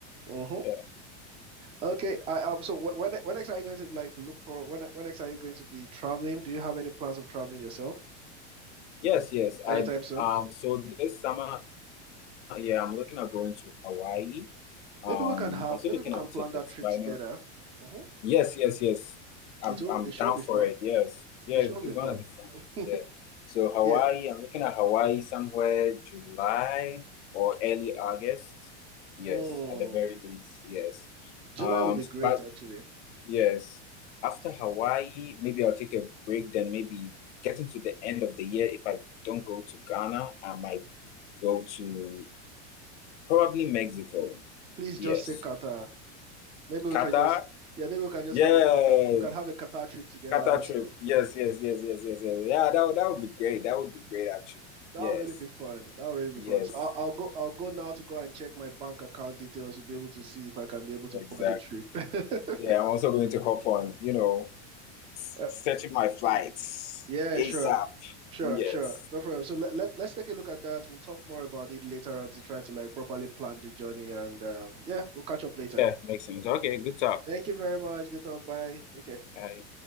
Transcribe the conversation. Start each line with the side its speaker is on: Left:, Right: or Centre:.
Right: Mm-hmm.
Left: Yeah.
Right: Okay. I um. So wh- when when next are you going to like look for when when next are you going to be traveling? Do you have any plans of traveling yourself?
Left: Yes, yes.
Right: anytime
Left: I
Right: soon.
Left: um so this summer, yeah, I'm looking at going to Hawaii. Um,
Right: Maybe we can have,
Left: I'm still
Right: maybe
Left: looking
Right: we can
Left: up
Right: plan
Left: tickets,
Right: that trip
Left: but
Right: together.
Left: I know.
Right: Mm-hmm.
Left: Yes, yes, yes. I'm
Right: It'll,
Left: I'm
Right: it
Left: down
Right: should be
Left: for
Right: fun.
Left: it. Yes. Yeah,
Right: It should
Left: it- it's
Right: be fun.
Left: gonna be fun.
Right: <laughs>
Left: Yeah. So Hawaii,
Right: Yeah.
Left: I'm looking at Hawaii somewhere July or early August. Yes,
Right: Mm.
Left: at the very least, yes.
Right: July
Left: Um,
Right: will be great,
Left: but
Right: actually.
Left: Yes. After Hawaii, maybe I'll take a break. Then maybe getting to the end of the year, if I don't go to Ghana, I might go to probably Mexico.
Right: Please
Left: Yes.
Right: just say Qatar. Maybe we
Left: Qatar?
Right: can just, yeah, maybe we can just
Left: Yeah.
Right: have a Qatar. We can have a Qatar trip together
Left: Qatar
Right: also.
Left: trip. Yes, yes, yes, yes, yes, yes. Yeah, that would that would be great. That would be great actually.
Right: <laughs> That'll
Left: Yes.
Right: really be fun. That'll really be
Left: Yes.
Right: fun. So I'll, I'll go. I'll go now to go and check my bank account details to be able to see if I can be able to
Left: Exactly.
Right: fund the trip. <laughs>
Left: Yeah, I'm also going to hop on, you know, s-
Right: All
Left: searching my flights
Right: Yeah,
Left: ASAP.
Right: sure. Sure,
Left: Yes.
Right: sure. No problem. So let, let's let's take a look at that. We'll talk more about it later on to try to like properly plan the journey and um, yeah, we'll catch up later.
Left: Yeah, makes sense. Okay, good talk.
Right: Thank you very much. Good talk. Bye. Take care.
Left: Bye.